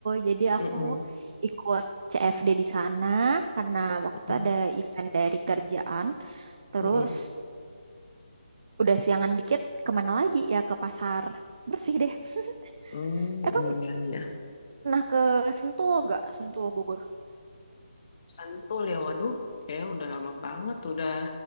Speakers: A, on the right; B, on the left.
A: jadi aku
B: Mm-mm.
A: ikut CFD di sana karena waktu
B: Mm-mm.
A: itu ada event dari kerjaan. Terus
B: Mm-mm.
A: udah siangan dikit kemana lagi ya ke pasar bersih deh. <laughs>
B: Hmm,
A: Eh kamu
B: iya, iya.
A: pernah ke Sentul gak? Sentul Bogor.
B: Sentul ya, waduh. Kayak udah lama banget, udah